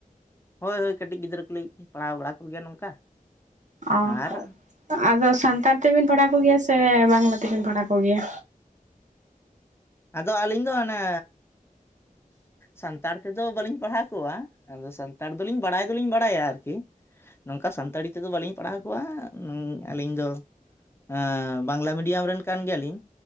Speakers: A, on the left (about 15°); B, on the right (about 55°).
A: ᱦᱳᱭ ᱦᱳᱭ ᱠᱟᱹᱴᱤᱡ ᱜᱤᱫᱽᱨᱟᱹ ᱠᱚᱞᱤᱧ ᱯᱟᱲᱦᱟᱣ ᱵᱟᱲᱟ ᱠᱚ ᱜᱮᱭᱟ ᱱᱚᱝᱠᱟ᱾
B: ᱚ
A: ᱟᱨ
B: ᱟᱫᱚ ᱥᱟᱱᱛᱟᱲ ᱛᱮᱵᱤᱱ ᱯᱟᱲᱦᱟᱣ ᱠᱚ ᱜᱮᱭᱟ ᱥᱮ ᱵᱟᱝᱞᱟ ᱛᱮᱵᱤᱱ ᱯᱟᱲᱦᱟᱣ ᱠᱚ ᱜᱮᱭᱟ?
A: ᱟᱫᱚ ᱟᱹᱞᱤᱧ ᱫᱚ ᱦᱟᱱᱮ ᱥᱟᱱᱛᱟᱲ ᱛᱮᱫᱚ ᱵᱟᱞᱤᱧ ᱯᱟᱲᱦᱟᱣ ᱠᱚᱣᱟ ᱟᱫᱚ ᱥᱟᱱᱛᱟᱲ ᱫᱚ ᱞᱤᱧ ᱵᱟᱲᱟᱭ ᱫᱚ ᱞᱤᱧ ᱵᱟᱲᱟᱭᱟ ᱟᱨᱠᱤ᱾ ᱱᱚᱝᱠᱟ ᱥᱟᱱᱛᱟᱲᱤ ᱛᱮᱫᱚ ᱵᱟᱞᱤᱧ ᱯᱟᱲᱦᱟᱣ ᱠᱚᱣᱟ ᱟᱹᱞᱤᱧ ᱫᱚ ᱦᱮᱸ ᱵᱟᱝᱞᱟ ᱢᱤᱰᱤᱭᱟᱢ ᱨᱮᱱ ᱠᱟᱱ ᱜᱮᱭᱟᱞᱤᱧ᱾